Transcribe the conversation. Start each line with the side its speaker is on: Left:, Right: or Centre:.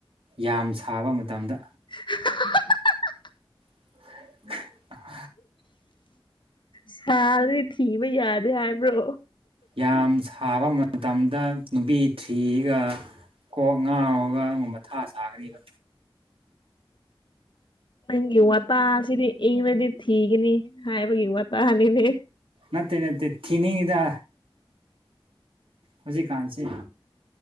Right: ꯌꯥꯝ ꯁꯥꯕ ꯃꯇꯝꯗ
Left: <unintelligible>
Right: <unintelligible>
Left: ꯁꯥꯔꯗꯤ ꯊꯤꯕ ꯌꯥꯗꯦ ꯍꯥꯏꯕ꯭ꯔꯣ꯫
Right: ꯌꯥꯝ ꯁꯥꯕ ꯃꯇꯝꯗ ꯅꯨꯄꯤ ꯊꯤꯔꯒ ꯀꯣꯛ ꯉꯥꯎꯔꯒ ꯑꯩꯉꯣꯟ ꯃꯊꯥ ꯁꯥꯒꯅꯤꯕ꯫
Left: ꯅꯪꯒꯤ ꯋꯥꯇꯥꯁꯤꯗꯤ ꯏꯪꯔꯥꯗꯤ ꯊꯤꯒꯅꯤ ꯍꯥꯏꯕꯒꯤ ꯋꯥꯇꯥꯅꯤꯅꯦ꯫
Right: ꯅꯠꯇꯦ-ꯅꯠꯇꯦ ꯊꯤꯅꯤꯡꯉꯤꯗ꯫ ꯍꯧꯖꯤꯛ ꯀꯥꯟꯁꯤ꯫